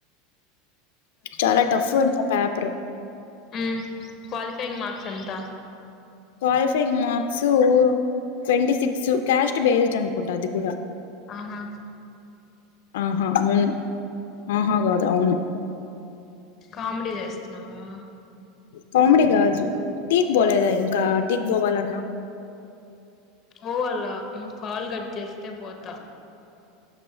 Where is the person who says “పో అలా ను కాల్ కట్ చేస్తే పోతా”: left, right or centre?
Left